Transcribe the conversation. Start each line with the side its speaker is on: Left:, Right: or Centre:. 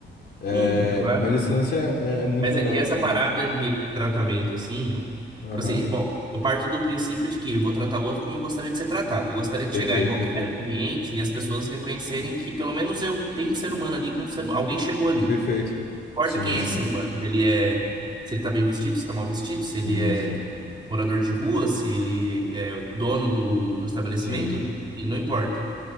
Left: É,
Right: Sim, claro,
Left: mas esse
Right: né?
Left: lance é, é- é muito
Right: Mas
Left: legal,
Right: é- e essa
Left: cara,
Right: parada
Left: mas...
Right: de tratamento, assim, tipo
Left: Aham.
Right: assim, bom, eu parto do princípio de que eu vou tratar o outro como eu gostaria de ser tratado. Eu gostaria de
Left: Perfeito,
Right: chegar em qualquer
Left: perfeito.
Right: ambiente e as pessoas reconhecerem que pelo menos eu tenho um ser humano ali com um ser, alguém chegou ali.
Left: Perfeito.
Right: Não importa
Left: Sim,
Right: quem é
Left: sim.
Right: esse ser humano. Ele é, se ele tá bem vestido, se tá mal vestido, se
Left: Sim,
Right: ele é
Left: sim.
Right: morador de rua, se ele é o dono do, do estabelecimento,
Left: Sim.
Right: e não importa.